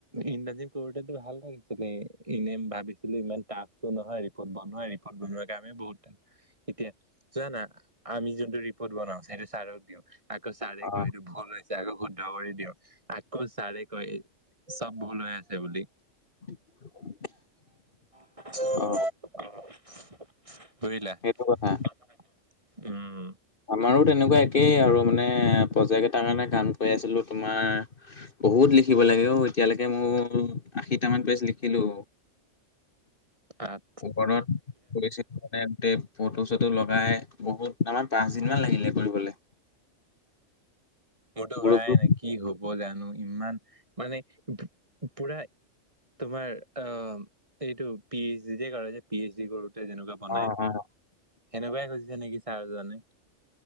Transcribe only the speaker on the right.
ইণ্টাজি কৰোতেটো ভাল লাগিছিলে, এনেম ভাবিছিলো ইমান টাফটো নহয় <unintelligible> বনোৱা ৰিপদ বনোৱা কাৰ কামে বহুত এতিয়া জানা, আমি যোনটো ৰিপৰ্ট বনাও সেইটো ছাৰক দিওঁ। আকৌ চাৰে
কয় এইটো <unintelligible> আকৌ শুদ্ধ কৰি দিয়ক, আকৌ ছাৰে কৈ চব ভুল হৈ আছে বুলি।
<unintelligible>
উম।
আহ।
মোৰতো
হোৱাই
নাই, কি হ'ব জানো? ইমান মানে পুৰা তোমাৰ অ', এইটো পি এইচ ডি যে কৰে, পি এইচ ডি কৰোতে যেনেকুৱা বনাই,
সেনেকুৱাই খুজিছে নেকি ছাৰ জনে?